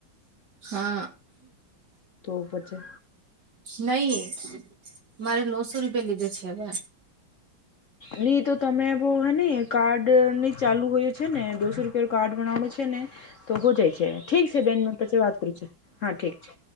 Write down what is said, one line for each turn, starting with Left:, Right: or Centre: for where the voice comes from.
Right: હા
Left: તો પછી
Right: નહી મારે નવસો રૂપિયા લીધો છે, હવ
Left: નહી તો તમે બહ હે ને કાર્ડ નહી ચાલુ હોય છે, ને દોસો રૂપિયાનું કાર્ડ બનાવો છે, ને તો હો જાય છે. ઠીક છે, બેન પછી વાત કરું છે, હા ઠીક છે.